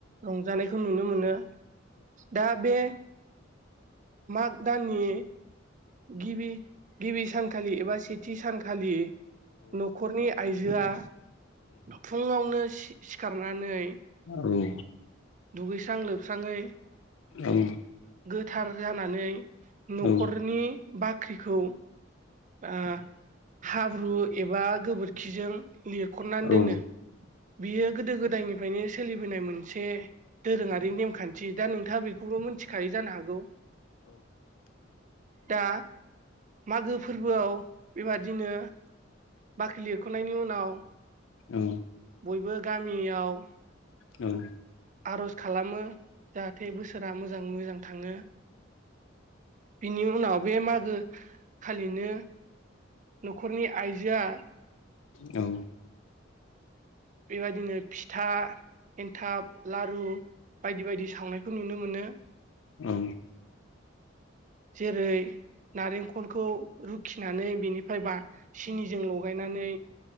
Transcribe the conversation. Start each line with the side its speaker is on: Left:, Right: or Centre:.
Right: रंजानायखौ नुनो मोनो दा बे माग दाननि गिबि गिबि सानखालि एबा सेथि सानखालि न'खरनि आइजोआ फुंङावनो सिखारनानै
Left: औ
Right: दुगैस्रां लोबस्राङै
Left: औ
Right: गोथार जानानै न'खरनि
Left: आं
Right: बाख्रिखौ ओ हाब्रु एबा गोबोरखिजों लिर खननानै
Left: आंथ'
Right: दोनो बियो गोदो गोदायनिफ्रायनो सोलिबोनाय मोनसे दोरोंङारि नेमखान्थि दा नोंथांङा बेखौबो मिथिखायो जानो हागौ दा मागो फोरबोआव बेबादिनो बाख्रि लिरख'नायनि उनाव
Left: औ
Right: बयबो गामियाव
Left: औ
Right: आर'ज खालामो जाहाथे बोसोरा मोजांङै मोजां थांङो बिनि उनाव बे मागो खालिनो न'खरनि आइजोआ
Left: औ‌
Right: बेबायदिनो फिथा एन्थाब लारु बायदि बायदि सावनायखौ नुनो मोनो।
Left: औ
Right: जेरै नारेंखल खौ रुखिनानै बेनिफ्राय बा सिनिजों लगायनानै